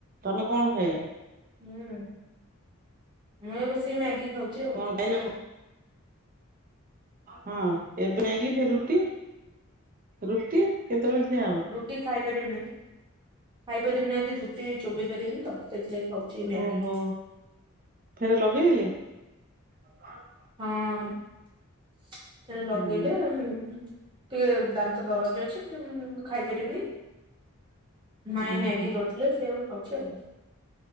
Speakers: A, on the right (about 40°); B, on the right (about 20°).
A: ତମେ କଣ ଖାଇଲ?
B: ହୁଁ, ମୁଁ ଏ ବସି ମ୍ୟାଗି ଖାଉଛି ଆଉ।
A: କଣ ଖାଇଲେ ହଁ, ଏବେ ମ୍ୟାଗି ରୁଟି ରୁଟି କେତେବେଳେ? ଖିଆ ହବ
B: ରୁଟି ଖାଇ ପାରିବିନି, ଖାଇପାରିବିନି, ଆଜି ରୁଟି ଚୋବେଇ ପାରିବିନି ତ। ସେଥି ଲାଗି ଖାଉଛି ମ୍ୟାଗି।
A: ଓହୋ ଫେରେ <inaudible>
B: ହଁ, ସେ ଲଗେଇଲେ
A: ହଁ,
B: ଟିକେ ଦାନ୍ତ ଦରଜ ଅଛି। ମୁଁ ଖାଇ ପାରିବିନି। ମାଇଁ
A: ଓହୋ।
B: ମ୍ୟାଗି କରୁଥିଲେ। ସେଆ କୁ ଖାଉଛି ଆଉ।